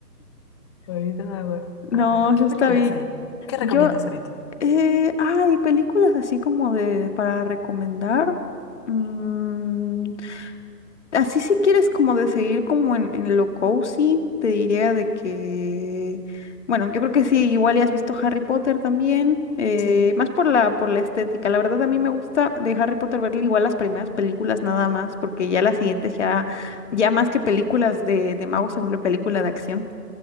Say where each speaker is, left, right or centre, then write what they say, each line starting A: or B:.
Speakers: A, on the left (about 15°); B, on the left (about 45°).
A: Ahorita no me acuerdo.
B: No,
A: A ver, ¿qué
B: está
A: películas
B: bien.
A: hay? ¿Qué recomiendas
B: Yo
A: ahorita?
B: Eh, hay películas así como de para recomendar. Mm, así si quieres como de seguir como en, en lo cozy, te diría de que, bueno, yo creo que sí, igual ya has visto Harry Potter también, eh,
A: Sí.
B: más
A: <laughs>
B: por la, por la estética. La verdad a mí me gusta de Harry Potter ver igual las primeras películas nada más, porque ya las siguientes ya, ya más que películas de, de magos se vuelve película de acción.